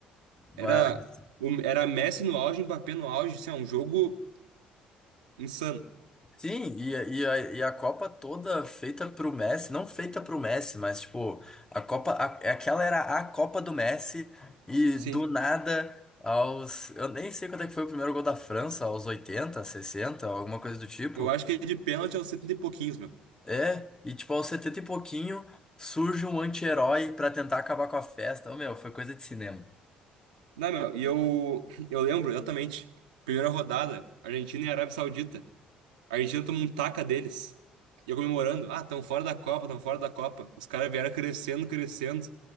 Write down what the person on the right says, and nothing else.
Era, o- era Messi no auge, Mbappé no auge, assim, é um jogo insano.
Sim.
Eu acho que de pênalti é os 70 e pouquinhos, meu.
Não, meu, e eu, eu lembro exatamente. Primeira rodada, Argentina e Arábia Saudita. A Argentina tomou um taca deles. E eu comemorando. Ah, estão fora da Copa, estão fora da Copa. Os caras vieram crescendo, crescendo.